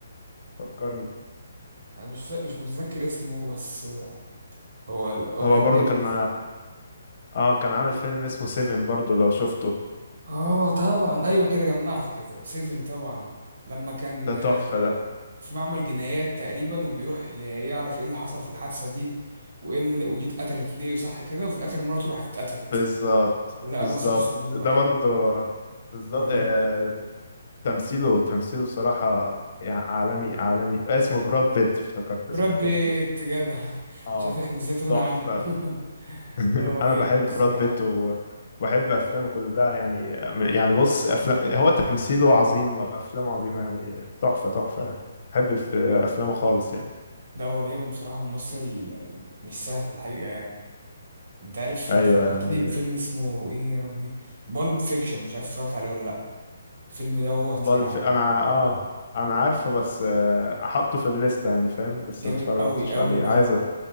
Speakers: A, on the left (about 55°); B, on the right (about 70°).
A: فكرني
B: أنا مش فا... مش متذكر اسمه بس هو هو
A: هو
B: كان
A: برضو
B: جامد
A: كان
B: الصراحة
A: اه كان عامل فيلم اسمه سيفن برضو لو شفته
B: آه طبعا أيوه كده جمعت كده سيفن طبعا لما كان
A: ده تحفة
B: آه،
A: ده
B: في معمل جنايات تقريبا وبيروح ي- يعرف إيه اللي حصل في الحادثة دي وإيه اللي... ودي اتقتلت ليه وصح كده وفي الآخر مراته راحت اتقتلت
A: بالظبط
B: ولقى
A: بالظبط
B: راسها في صندوق
A: ده
B: أحيي
A: برضو بالظبط
B: رهيب
A: آه... تمثيله تمثيله بصراحة يعني عالمي عالمي اسمه براد بيت افتكرت
B: براد
A: اسمه براد
B: بيت
A: بيت
B: جدع <laughs>
A: اه
B: انا شايف احنا ازاي تهنا
A: تحفة
B: عنه <laughs>
A: <laughs>
B: لا هو
A: انا
B: جامد
A: بحب
B: الصراحه
A: براد بيت و- وبحب افلامه كلها يعني يعني بص افلام هو تمثيله عظيم وافلامه عظيمة يعني تحفة تحفة يعني بحب الف- افلامه خالص يعني
B: ده هو جامد بصراحه ممثل مش سهل الحقيقه يعني انت عارف
A: ايوه
B: انت فكرتني
A: يعني
B: بفيلم اسمه ايه يا ربي بالب فيكشن مش عارف اتفرجت عليه ولا لا الفيلم دوت
A: بالف
B: يعني
A: انا اه انا عارفه بس آه، احطه في الليسته يعني فاهم بس
B: جامد
A: ما اتفرجتش
B: قوي قوي
A: عليه
B: قوي
A: عايز أ-